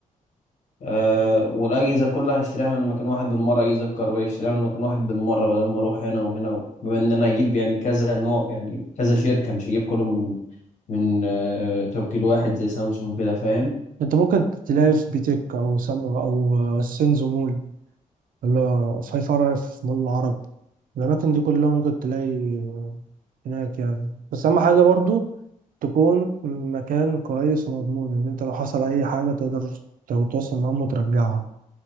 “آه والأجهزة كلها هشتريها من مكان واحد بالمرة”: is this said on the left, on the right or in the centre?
Left